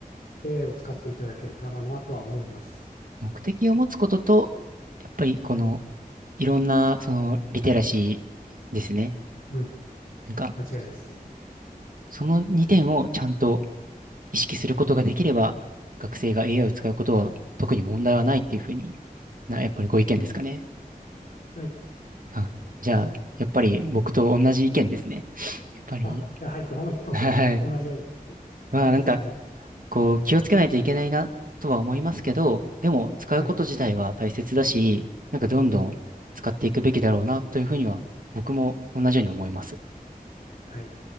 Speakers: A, on the left; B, on the right.
A: AI を使っていただけたらなとは思います。
B: 目的を持つことと、やっぱりこのいろんなそのリテラシーですね。
A: うん。
B: なんか
A: 間違いないですね。
B: その2点をちゃんと意識することができれば学生が AI を使うことは特に問題はないっていうふうにな、やっぱりご意見ですかね。
A: はい。
B: あ、じゃあやっぱり僕と同じ意見ですね。
A: ん
B: やっぱり、
A: あ、やはり、ともひとさんも同じような
B: <laughs> はい。まあなんか
A: 考えですよね。
B: こう、気をつけないといけないなとは思いますけど、でも使うこと自体は大切だし、
A: はい。
B: なんかどんどん使っていくべきだろうなというふうには僕も同じように思います。
A: うん。はい。